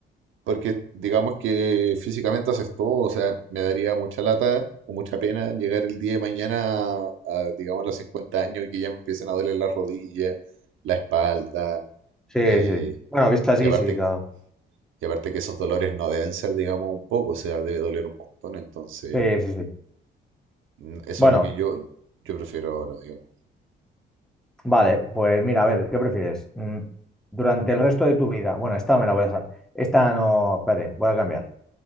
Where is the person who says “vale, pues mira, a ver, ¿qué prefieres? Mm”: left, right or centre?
Centre